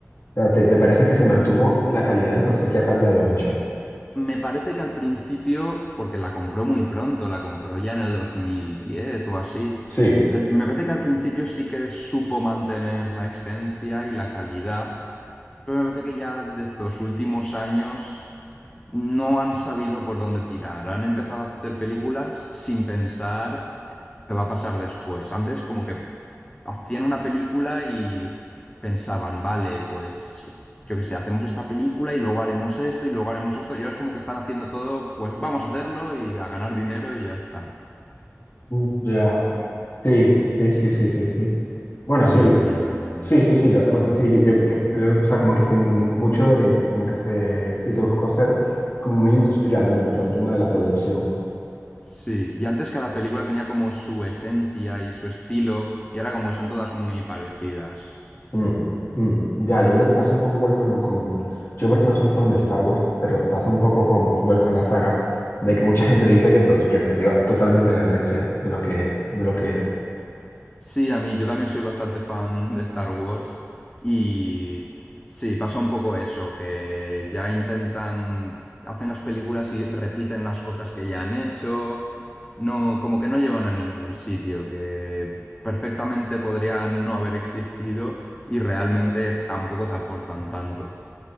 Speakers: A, on the left; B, on the left.
A: O sea, ¿te, te parece que se mantuvo la calidad o sí que ha cambiado mucho?
B: Me parece que al principio, porque la compró muy pronto, la compró ya en el 2010 o así,
A: Sí,
B: me parece que al principio sí que supo mantener la esencia y la calidad, pero me parece que ya de estos últimos años no han sabido por dónde tirar. Han empezado a hacer películas sin pensar qué va a pasar después. Antes como que hacían una película y pensaban, vale, pues yo qué sé, hacemos esta película y luego haremos esto y luego haremos esto. Y ahora es como que están haciendo todo, pues vamos a hacerlo y a ganar dinero y ya está.
A: Mm, Ya, Sí, sí, sí, sí, sí, sí. Bueno,
B: Esa
A: sí,
B: es mi
A: el,
B: opinión al menos.
A: sí, sí, sí, la-
B: <laughs>
A: bueno, sí, yo, yo- lo- o sea, como que sin mucho del, in- como que se, sí se buscó ser como muy industrial, ¿no? En todo el tema de la producción.
B: Sí, y antes cada película tenía como su esencia y su estilo, y ahora como que son todas muy parecidas.
A: Mm, mm, Ya, yo creo que pasa un poco igual con, con, yo porque no soy fan de Star Wars, pero pasa un poco con, igual con la saga, de que mucha gente dice que, pues, que perdió totalmente la esencia de lo que, de lo que es.
B: Sí, a mí, yo también soy bastante fan de Star Wars y sí, pasa un poco eso, que ya intentan, hacen las películas y repiten las cosas que ya han hecho, no, como que no llevan a ningún sitio, que perfectamente podrían no haber existido y realmente tampoco te aportan tanto.